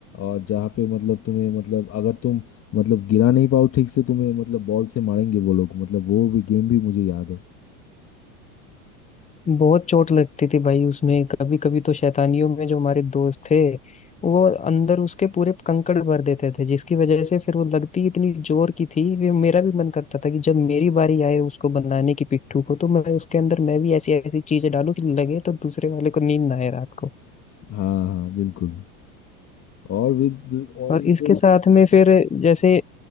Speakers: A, on the left (about 35°); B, on the left (about 15°).
A: और जहाँ पे मतलब तुम्हें मतलब अगर तुम मतलब गिरा नहीं पाओ ठीक से तुम्हें मतलब बॉल से मारेंगे वो लोग मतलब वो भी गेम भी मुझे याद है
B: बहुत चोट लगती थी भाई उसमें कभी कभी तो शैतानियों में जो हमारे दोस्त थे वो अंदर उसके पूरे कंकड़ भर देते थे जिसकी वजह से फिर वो लगती इतनी जोर की थी कि मेरा भी मन करता था कि जब मेरी बारी आए उसको बनाने की पिट्ठू को तो मैं उसके अंदर मैं भी ऐसी ऐसी चीजें डालूं कि लगे तो दूसरे वाले को नींद ना आए रात को
A: हाँ हाँ बिल्कुल और विद और
B: और
A: इंडोर
B: इसके साथ में फिर जैसे